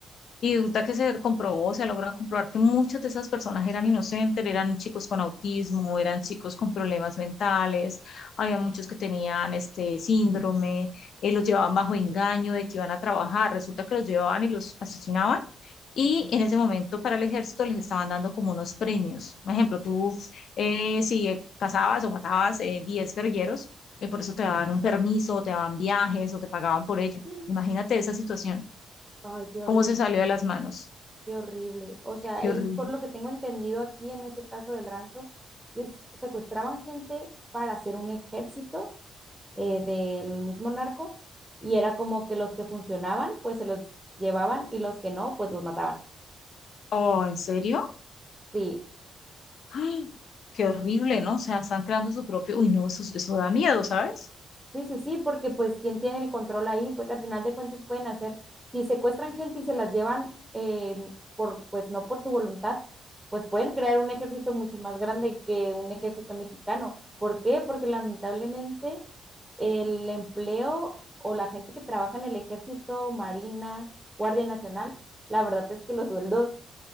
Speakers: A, on the left (about 65°); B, in the centre.
A: Y resulta que se comprobó, se logra comprobar que muchas de esas personas eran inocentes, eran chicos con autismo, eran chicos con problemas mentales, había muchos que tenían este síndrome, eh, los llevaban bajo engaño de que iban a trabajar, resulta que los llevaban y los asesinaban. Y en ese momento para el ejército les estaban dando como unos premios. Por ejemplo, tú eh, si eh, cazabas o matabas eh, 10 guerrilleros, y por eso te daban un permiso, te daban viajes o te pagaban por ello.
B: <gasps>
A: Imagínate esa situación,
B: Ay, qué horrible.
A: cómo se salió de las manos.
B: Qué horrible. O sea,
A: Qué
B: y
A: horrible.
B: por lo que tengo entendido aquí en ese caso del rancho, si es- secuestraban gente para hacer un ejército eh, del mismo narco y era como que los que funcionaban, pues se los llevaban y los que no, pues los mataban.
A: Oh, ¿en serio?
B: Sí,
A: ¡Ay! Qué horrible, ¿no? O sea, están creando su propio. Uy, no, eso, eso da miedo, ¿sabes?
B: Sí, sí, sí, porque pues quién tiene el control ahí, pues al final de cuentas pueden hacer, si secuestran gente y se las llevan eh, por, pues no por su voluntad, pues pueden crear un ejército mucho más grande que un ejército mexicano. ¿Por qué? Porque lamentablemente el empleo o la gente que trabaja en el ejército, Marina, Guardia Nacional, la verdad es que los sueldos,